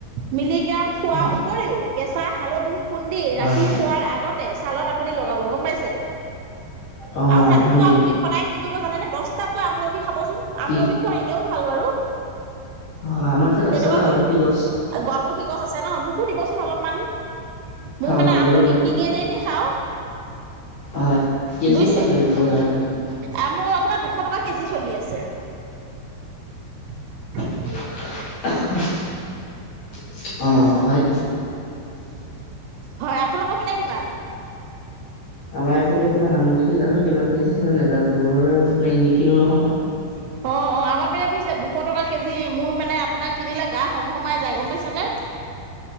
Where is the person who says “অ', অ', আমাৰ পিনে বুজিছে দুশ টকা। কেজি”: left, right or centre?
Right